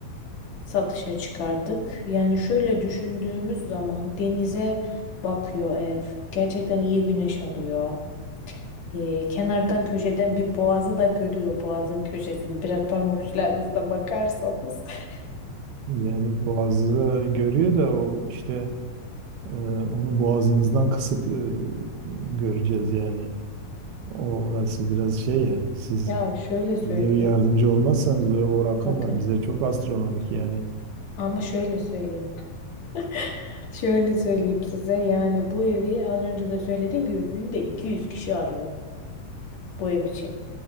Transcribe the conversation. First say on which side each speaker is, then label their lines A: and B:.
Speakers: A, on the left; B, on the right.
A: satışa çıkardık. Yani şöyle düşündüğümüz zaman denize bakıyor ev. Gerçekten iyi güneş alıyor. Eee, kenardan köşeden bir boğazı da görüyor boğazın köşesini. Biraz parmak uçlarınızda bakarsanız. <laughs>
B: Yani boğazı görüyor da o işte e, onu boğazımızdan kısıp e, göreceğiz yani. O orası biraz şey yani siz
A: Ya şöyle söyleyeyim.
B: bize bir yardımcı olmazsanız ve o rakamlar
A: Bakın.
B: bize çok astronomik yani.
A: Ama şöyle söyleyeyim. <laughs> Şöyle söyleyeyim size. Yani bu evi az önce de söylediğim gibi günde 200 kişi arıyor bu ev için.